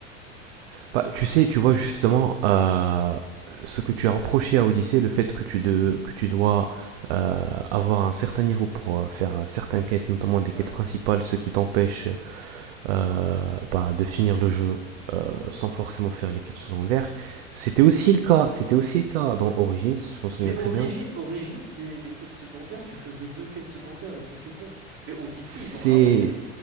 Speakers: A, on the right; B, on the right.
A: Bah tu sais, tu vois justement euh, ce que tu as reproché à Odyssey, le fait que tu de, que tu dois euh, avoir un certain niveau pour euh, faire euh, certaines quêtes, notamment
B: Ouais,
A: des quêtes principales, ce qui t'empêche euh, bah, de finir le jeu euh,
B: ouais, ouais,
A: sans forcément faire les quêtes
B: ouais,
A: secondaires. C'était
B: dis-moi.
A: aussi le cas, c'était aussi le cas dans Origins, je m'en souviens
B: Mais
A: très
B: Origi-
A: bien.
B: Origins, les, les quêtes secondaires, tu faisais deux quêtes secondaires et c'était bon. Mais Odyssey,
A: C'est
B: ils ont rallongé. le-